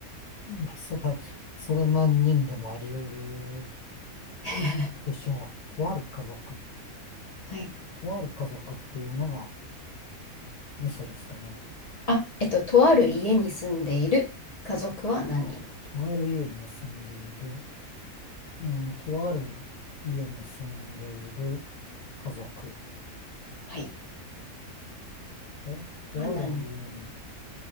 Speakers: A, on the left (about 75°); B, on the left (about 35°).
A: いや、そら、そら何人でもあり得る
B: <laughs>
A: でしょう。とある家族。
B: はい。
A: とある家族っていうのがミソですかね。
B: あ、えっと、とある家に住んでいる家族は何人
A: とある家に住んでいる、うん、とある家に住んでいる家族。
B: はい。
A: おとある家に
B: は何人